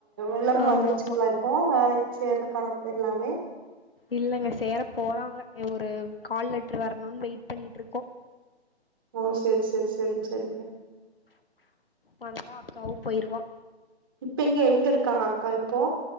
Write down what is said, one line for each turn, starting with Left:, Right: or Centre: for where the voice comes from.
Right: எல்லாமே
Left: ஆமாம்
Right: வந்துருச்சுங்களா
Left: ஆமாம்
Right: இப்போ வேலைக்கு சேர்ரக்கான எல்லாமே
Left: இல்லைங்க சேர போகிறாங்க ஒரு கால் லெட்டரு வரணும்னு வெயிட் பண்ணிட்டு இருக்கோம்.
Right: ஓ சரி சரி சரிங்க சரிங்க.
Left: வந்தா அக்காவும் போயிருவா.
Right: இப்ப எங்க எங்க இருக்காங்க அக்கா இப்போ.